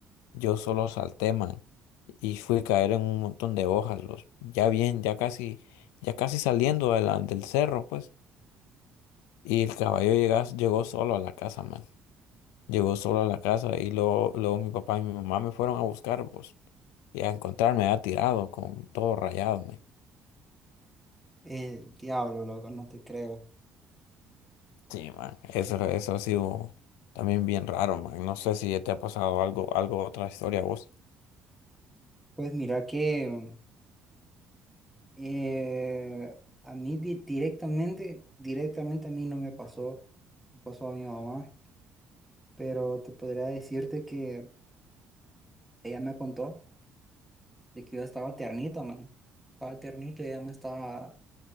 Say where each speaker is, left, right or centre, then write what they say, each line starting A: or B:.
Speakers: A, on the left; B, in the centre.
A: Yo solo salté, man, y fui a caer en un montón de hojas, los, ya bien, ya casi, ya casi saliendo de la- del cerro, pues. Y el caballo llega- llegó solo a la casa, man. Llegó solo a la casa y luego, luego mi papá y mi mamá me fueron a buscar, pues, y a encontrarme ha tirado con todo rayado, man.
B: el diablo, loco, no te creo.
A: Sí, man, eso, eso ha sido también bien raro, man. No sé si te ha pasado algo, algo, otra historia a vos.
B: Pues mira que eh, a mí di- directamente, directamente a mí no me pasó, me pasó a mi mamá, pero te podría decirte que ella me contó de que yo estaba tiernito, man. Estaba tiernito y ella me estaba